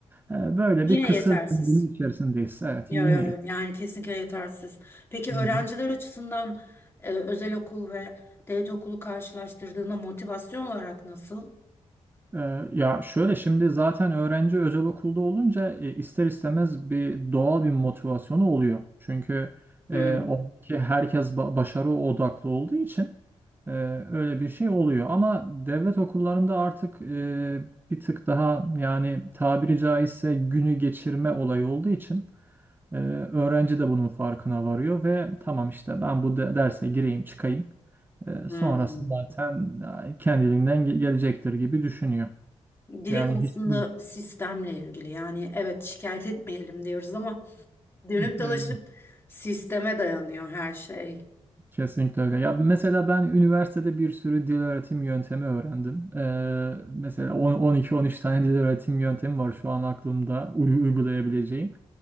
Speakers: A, on the right (about 15°); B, on the left (about 20°).
A: Ee, böyle
B: Yine
A: bir kısır
B: yetersiz.
A: döngünün içerisindeyiz. Evet
B: Yo,
A: yine.
B: yo, yo. Yani kesinlikle yetersiz. Peki
A: Hı.
B: öğrenciler açısından e, özel okul ve devlet okulu karşılaştırdığında motivasyon olarak nasıl?
A: Ee, Ya şöyle şimdi zaten öğrenci özel okulda olunca e, ister istemez bir doğal bir motivasyonu oluyor. Çünkü
B: Hmm.
A: e, oradaki herkes ba- başarı odaklı olduğu için e, öyle bir şey oluyor. Ama devlet okullarında artık e, bir tık daha yani tabiri caizse günü geçirme olayı olduğu için e, öğrenci de bunun farkına varıyor ve tamam işte ben bu de- derse gireyim çıkayım. E,
B: Hmm.
A: sonrası zaten e, kendiliğinden ge- gelecektir gibi düşünüyor.
B: Direkt
A: Yani
B: aslında
A: hiç <laughs>
B: sistemle ilgili. Yani evet şikayet etmeyelim diyoruz ama dönüp dolaşıp
A: Evet,
B: sisteme dayanıyor her şey.
A: kesinlikle öyle. Ya mesela ben üniversitede bir sürü dil öğretim yöntemi öğrendim. Ee, mesela on- 12-13 tane dil öğretim yöntemi var şu an aklımda uy- uygulayabileceğim.